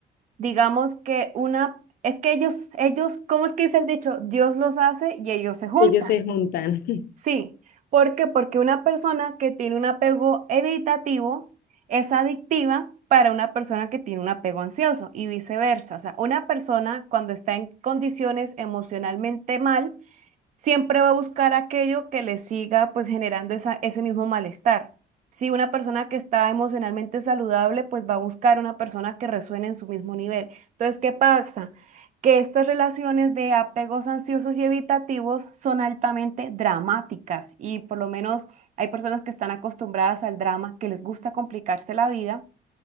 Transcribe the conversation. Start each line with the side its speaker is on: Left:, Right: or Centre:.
Right: Digamos que una, es que ellos, ellos, ¿cómo es que dice el dicho? Dios los hace y ellos se juntan.
Left: Ellos se juntan. <laughs>
Right: Sí, ¿por qué? Porque una persona que tiene un apego evitativo es adictiva para una persona que tiene un apego ansioso y viceversa. O sea, una persona cuando está en condiciones emocionalmente mal, siempre va a buscar aquello que le siga pues generando esa, ese mismo malestar. Si una persona que está emocionalmente saludable, pues va a buscar una persona que resuene en su mismo nivel. Entonces, ¿qué pasa? Que estas relaciones de apegos ansiosos y evitativos son altamente dramáticas y por lo menos hay personas que están acostumbradas al drama, que les gusta complicarse la vida